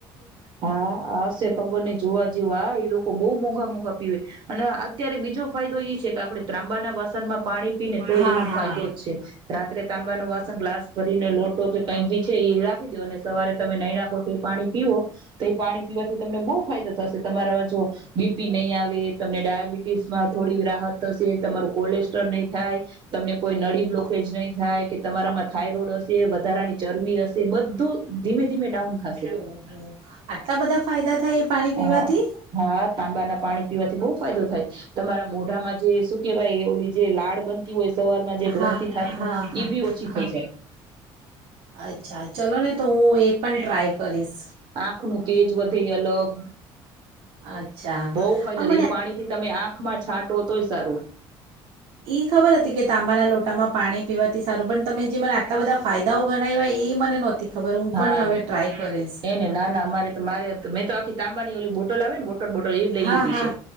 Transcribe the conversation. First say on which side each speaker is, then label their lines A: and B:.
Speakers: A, on the right (about 55°); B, on the right (about 75°).
A: હા હશે ખબર નઈ જોવા જેવ આ એ લોકો બહ મોઘ મોંઘા મોંઘા પીવે અને અત્યારે બીજો ફાયદો એ છે. આપણે તાંબાના વાસણમાં પાણી પીને તો
B: હા
A: એનો
B: હા
A: ફાયદો જ છે, રાત્રે તાંબા ન વાસણ ગ્લાસ ભરીને લોટો કે કઈ ભી છે એ રાખી દો અને સવારે તમે નયના કોઠ પાણી પીવો તો એ પાણી પીવાથી તમને બહુ ફાયદો થશે તમારામાં જો, બીપી નહીં આવે તમને ડાયાબિટીસ માં થોડી રાહત. થશે તમારું કોલેસ્ટ્રોલ નહી થાય, તમને કોઈ નળી બ્લોકેજ નહી થાય, કે તમારામાં થાયરોઈડ હશે વધારાની ચરબી હશે બધું ધીમે ધીમે ડાઉન થશે.
B: આટલા બધા ફાયદા. થાય એ પાણી પીવાથી
A: હા હા તાંબાના પાણી પીવાથી બહુ ફાયદો થાય તમારા મોઢામાં જે શું કેવાય ઓલી જે લાળ બનતી હોય સવારમાં જે ગ્રંથિ
B: હા
A: થતી હોય
B: હા હા
A: એ બી ઓછી થઈ જાય
B: અચ્છા ચલો ને તો હું એ પણ ટ્રાય. કરીસ.
A: આંખ નું તેજ વધે અલગ
B: અચ્છા
A: બઉ ફાયદા
B: હા
A: થઈ એ પાણી થી તમે આંખમાં છાંટો તોય. સારું
B: ઈ ખબર હતી કે તાંબાના લોટામાં પાણી. પીવાથી સારું પણ તમે જે મને આટલા બધા ફાયદાઓ ગણાવ્યા એ મને નહોતી. ખબર હું
A: હા
B: પણ હવે ટ્રાય કરીશ
A: એ ને ના ના અમારે તો મારે મેં તો આખી તાંબાની ઓલી બોટલ આવે ને બોટર બોટલ એજ લઈ
B: હા
A: લીધી
B: હા
A: છે